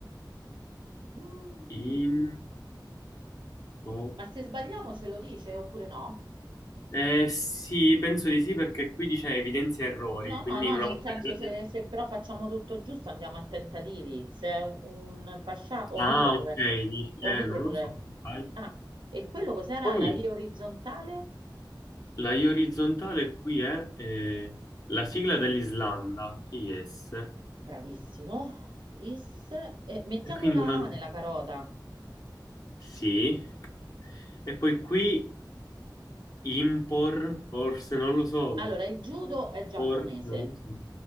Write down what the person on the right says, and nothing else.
mm.
Ma se sbagliamo ce lo dice oppure no?
No, no,
no,
nel
senso
se, se però facciamo tutto giusto andiamo a tentativi. Se è un, un pascià, Omir,
Omir.
Ah, e quello cos'era
la I orizzontale?
Bravissimo. Is. E mettiamo
la
A nella carota.
Allora, il judo è giapponese.